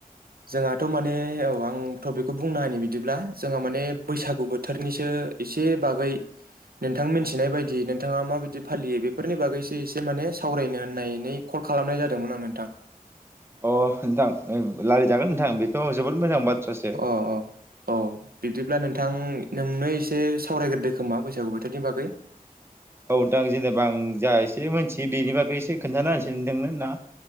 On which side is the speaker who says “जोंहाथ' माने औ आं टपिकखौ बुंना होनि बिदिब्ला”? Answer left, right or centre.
Right